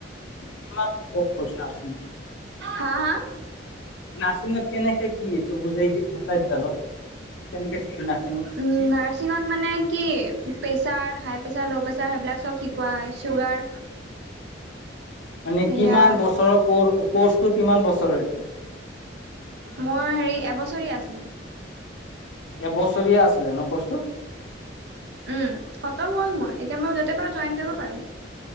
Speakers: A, on the left (about 70°); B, on the right (about 65°).
A: কিমান কোৰ্চ নাৰ্ছিং
B: হা হা হা।
A: নাৰ্ছিঙত কেনেকে কি এইটো বুজাই দি বুজাই দিয়া অলপ কেনেকে কি নাৰ্ছিঙত
B: উম নাৰ্ছিঙত মানে কি প্ৰেচাৰ হাই প্ৰেছাৰ ল' পেছা তে সেইবিলাক চব শিকোৱা হয় চুগাৰ
A: মানে
B: সেয়া
A: কিমান বছৰৰ কৌৰ কৰ্চটো কিমান বছৰৰ এইটো
B: মোৰ হেৰি এবছৰীয়া আছিলে।
A: এবছৰীয়া আছিলে নহ কৰ্চটো
B: উম খতম হল মোৰ। এতিয়া মই যতে পাৰো জইন কৰিব পাৰো।